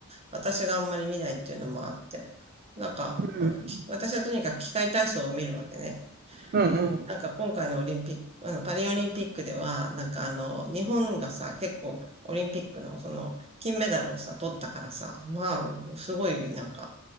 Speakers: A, on the right; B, on the right.
A: 私があんまり見ないっていうのもあって。なんか、
B: る。
A: あの、き私はとにかく器械体操を見るわけね。
B: うん、うん、
A: なんか今回のオリンピック、あの、パリオリンピックでは、なんかあの、日本がさ、結構オリンピックのその、金メダルをさ、取ったからさ、まあ、すごい、なんか、